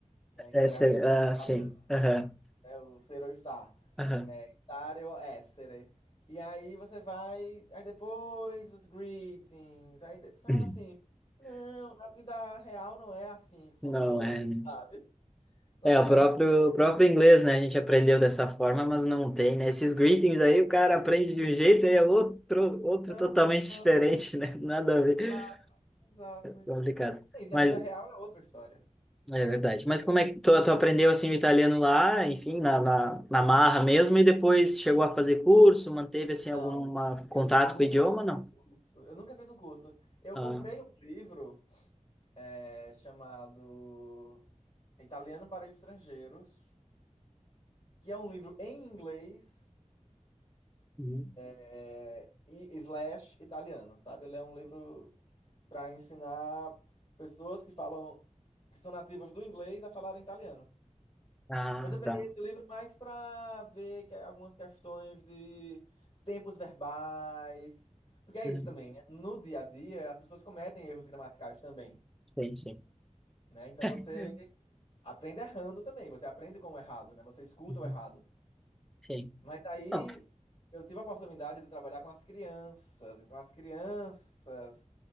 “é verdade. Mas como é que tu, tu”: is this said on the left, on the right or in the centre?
Centre